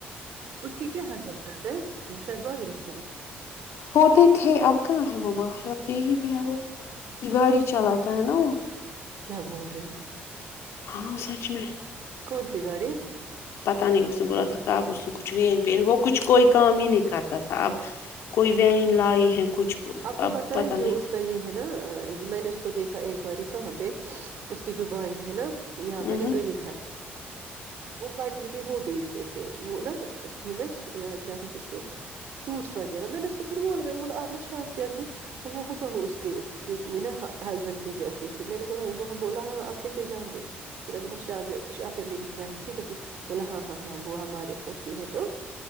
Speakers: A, on the right (about 65°); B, on the left (about 75°).
A: اس کی کیا حضر کرتے ہیں وہ شاید وحر ہوتے ہیں
B: ہوتے تھے اب کہاں ہے وہ باہر اپ یہی پہ ہیں وہ گاڑی چلاتا ہے نا وہ
A: کیا بول رہے ہو
B: ہاں سچ میں
A: س گاڑی
B: پتا نہیں اس نے بولا تھا کہ اب اس نے کچھ وین پین وہ کچھ کوئی کام ہی نہیں کرتا تھا اب کوئی وین ہی ہے کچھ
A: آپ کو
B: اب
A: پتہ
B: پت
A: ہے جو
B: نہیں
A: اس کا یہ ہے نا میں نے اس کو دیکھا ایک باری کہاں پہ اس کی جو بائی تھے نا یہاں
B: نہیں
A: پہ نا گنی خھن وہ پٹری پہ وہ بیچ تھے وہ نا سیم کیا بتے اس کو سوٹس وغیرہ میں نے اس کو پھر بول نے بولا آپ شافیہ کی وہ بو اس کیا ہسبینڈ کی جیسی تھی میں نے بولااں بولا ہاں آپ کیسے جانتے ہو میں نے بولا ش شاف میری فرینڈ تھی بولا ہاں ہاں ہاں وہ ہمارے ایسی ہے تو